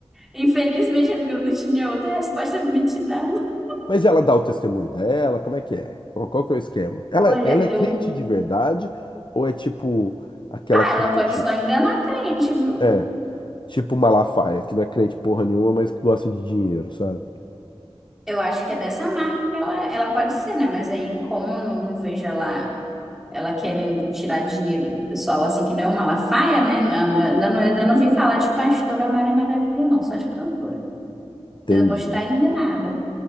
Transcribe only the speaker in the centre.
Infelizmente, amiga, eu não tinha outra resposta pra me te dar, não.
Olha,
eu.
Ah,
ela pode só enganar a crente, viu?
Eu acho que é dessa marca que ela, ela pode ser, né? Mas aí, como eu não, não vejo ela, ela querendo tirar dinheiro do pessoal, assim, que não é uma Malafaia, né? Na- na- Ainda não, ainda não vim falar de pastora Mara Maravilha, não, só de cantora.
Mas eu posso estar enganada.